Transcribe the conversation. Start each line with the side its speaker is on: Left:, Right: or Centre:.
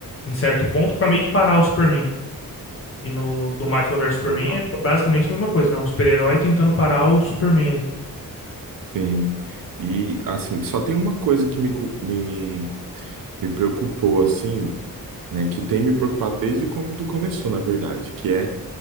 Left: em certo ponto pra meio que parar o Superman. E no do Batman versus Superman
Right: legal.
Left: é basicamente a mesma coisa, né? Um super-herói tentando parar o Superman ali.
Right: Sim. E assim, só tem uma coisa que me, cu- me, me preocupou, assim, né, que tem me preocupado desde quando começou, na verdade, que é